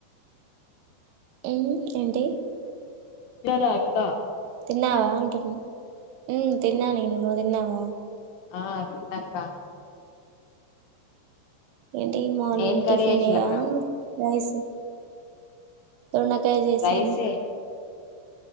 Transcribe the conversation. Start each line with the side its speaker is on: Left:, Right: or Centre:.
Right: ఏం ఏంటి
Left: జర అక్క
Right: తిన్నావా అంటున్న, మ్ తిన్నా నేను నువ్వు తిన్నావా
Left: ఆ తిన్నాక్క
Right: ఏంటి మార్నింగ్
Left: ఏం కర్రీ
Right: టిఫిన్
Left: చేసిల్లక్క
Right: ఏఆ రైస్ హ్మ్ దొండకాయ చేసాను
Left: రైసే